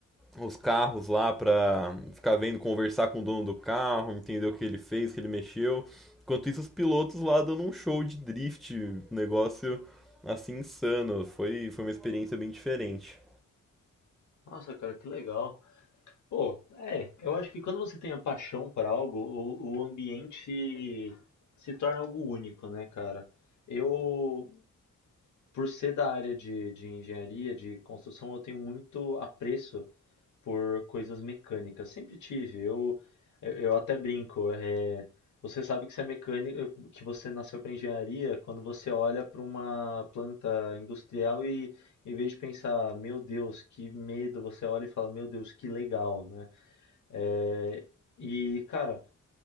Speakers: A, in the centre; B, on the left.
A: os carros lá pra ficar vendo, conversar com o dono do carro, entender o que ele fez, o que ele mexeu. Enquanto isso, os pilotos lá dando um show de drift, um negócio assim insano. Foi, foi uma experiência bem diferente.
B: Nossa, cara, que legal. Pô, é, eu acho que quando você tem a paixão por algo, o, o ambiente se torna algo único, né, cara? Eu, por ser da área de, de engenharia, de construção, eu tenho muito apreço por coisas mecânicas. Sempre tive. Eu, eu, eu até brinco. é, você sabe que você é mecânico, que você nasceu para engenharia quando você olha para uma planta industrial e, em vez de pensar, meu Deus, que medo, você olha e fala, meu Deus, que legal, né? É, e, cara,